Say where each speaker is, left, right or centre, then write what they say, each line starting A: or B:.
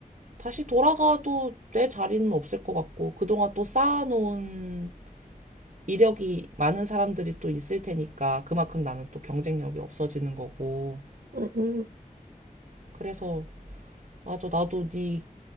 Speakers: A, on the right; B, on the right.
A: 다시 돌아가도 내 자리는 없을 것 같고 그동안 또 쌓아놓은 이력이 많은 사람들이 또 있을 테니까 그만큼 나는 또 경쟁력이 없어지는 거고
B: 음, 음, 음.
A: 그래서 맞아 나도 네